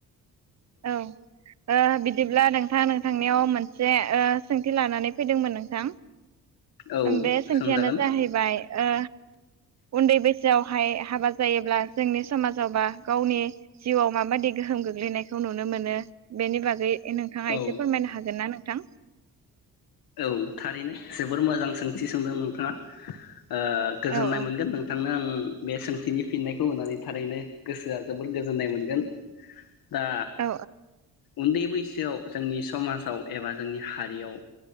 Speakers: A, on the right (about 50°); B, on the left (about 80°).
A: औ ओ बि दिब्ला नोंथां नोंथांनियाव मोनसे ओ सोंथि लानानै फैदोंमोन नोंथां
B: औ
A: बे सोंथियानो
B: सोंजागोन
A: जाहैबाय ओ उन्दै बैसोआवहाय हाबा जायोब्ला जोंनि समाजावबा गावनि जिउआव माबादि गोहोम गोग्लैनायखौ नुनो मोनो बेनि बागै नोंथाङा
B: औ
A: एसे फोरमायनो हागोन ना नों थां
B: औ थारैनो जोबोर मोजां सोंथि सोंदों नोंथाङा। ओ गोजोननाय
A: औ औ
B: मोनगोन नोंथांनो आं बे सोंथिनि फिननायखौ होनानै थारैनो गोसोआ जोबोर गोजोननाय मोनगोन। दा
A: औ
B: उन्दै बैसोआव जोंनि समाजाव एबा जोंनि हारियाव